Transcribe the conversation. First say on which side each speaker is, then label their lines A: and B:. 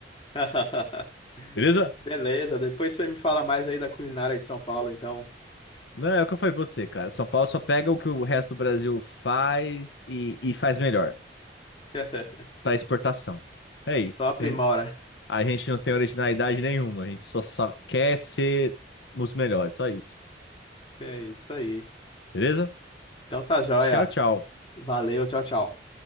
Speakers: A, on the left; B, on the left.
A: <laughs>
B: Beleza?
A: Beleza, depois você me fala mais aí da culinária de São Paulo, então.
B: Não, é o que eu falei pra você, cara. São Paulo só pega o que o resto do Brasil faz e, e faz melhor
A: <laughs>
B: para exportação. É isso.
A: Só aprimora.
B: <laughs> A gente não tem originalidade nenhuma, a gente só, só quer ser os melhores, só isso.
A: É isso aí.
B: Beleza?
A: Então tá joia.
B: Tchau, tchau.
A: Valeu, tchau, tchau.